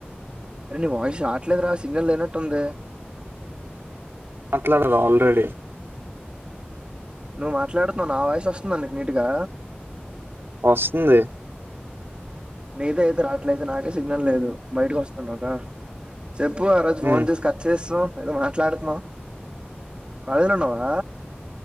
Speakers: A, on the right; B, on the right.
A: అరే నీ వాయిస్ రాటలేదురా సిగ్నల్ లేనట్టుంది
B: మాట్లాడగా ఆల్రెడీ
A: నువ్ మాట్లాడుతున్నావు నా వాయిస్ వస్తుంద నీకు నీట్గా
B: వస్తుంది
A: నీది అయితే రాట్లేదు నాకే సిగ్నల్ లేదు బయటకి వస్తాను కదా చెప్పు ఆ రోజు ఫోన్
B: ఉమ్
A: చేసి కర్చ్చ చేస్తాం ఏదో మాట్లాడుతున్నాం కాలేజ్లో ఉన్నావా